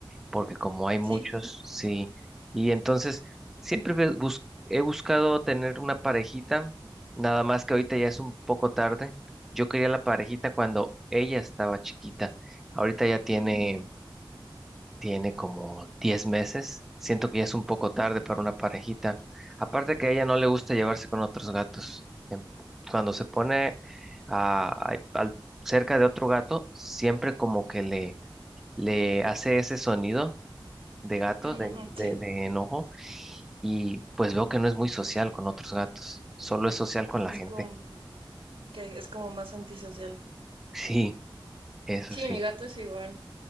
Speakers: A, in the centre; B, on the right (about 85°).
A: porque como hay muchos,
B: Sí,
A: sí. Y entonces siempre ve- bus- he buscado tener una parejita, nada más que ahorita ya es un poco tarde. Yo quería la parejita cuando ella estaba chiquita. Ahorita ya tiene,
B: Ujú,
A: tiene como 10 meses. Siento que ya es un poco tarde para una parejita. Aparte que a ella no le gusta llevarse con otros gatos. Em, Cuando se pone a- a- al- cerca de otro gato, siempre como que le le hace ese sonido de gato,
B: mm,
A: de,
B: ujú,
A: de,
B: sí.
A: de enojo, y pues veo que no es muy social con otros gatos, solo es social con la
B: es
A: gente.
B: como
A: <laughs>
B: que es como más antisocial.
A: Sí, eso
B: Sí,
A: sí,
B: mi gato es igual.